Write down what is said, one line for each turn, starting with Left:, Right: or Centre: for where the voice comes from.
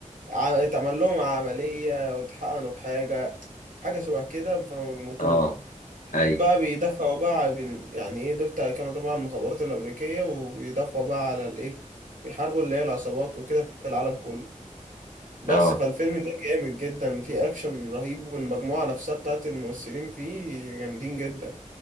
Right: ع- اتعمل لهم عملية واتحقنوا بحاجة حاجة شبه كده فما بيموتوش
Left: اه ايوه
Right: دول بقى بيدافعوا بقى على بال- يعني ايه دول تا- كانوا طبعا المخابرات الأمريكية وبيدافعوا بقى على الايه بيحاربوا اللي هي العصابات وكده في العالم كله بس
Left: اه
Right: فالفيلم ده جامد جدا فيه اكشن رهيب والمجموعة نفسها بتاعت الممثلين فيه جامدين جدا